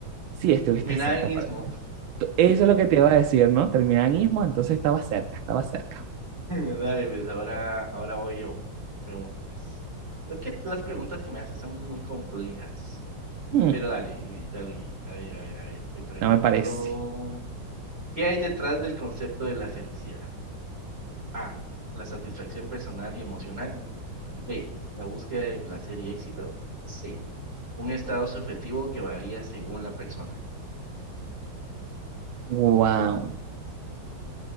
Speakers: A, on the right (about 85°); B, on the right (about 35°).
A: Sí, estuviste
B: Terminaba
A: cerca
B: en
A: para
B: ismo.
A: ti. Eso es lo que te iba a decir, ¿no? Terminanismo, entonces estaba cerca, estaba cerca.
B: <laughs> Dale, pues ahora, ahora voy yo. Te pregunto, pues. Es que las preguntas que me haces son muy complejas.
A: Mm,
B: Pero dale, dale. A ver, a ver, a ver. Te pregunto,
A: no me parece.
B: ¿qué hay detrás del concepto de la felicidad? A, la satisfacción personal y emocional. B, la búsqueda de placer y éxito. C, un estado subjetivo que varía según la persona.
A: Wow.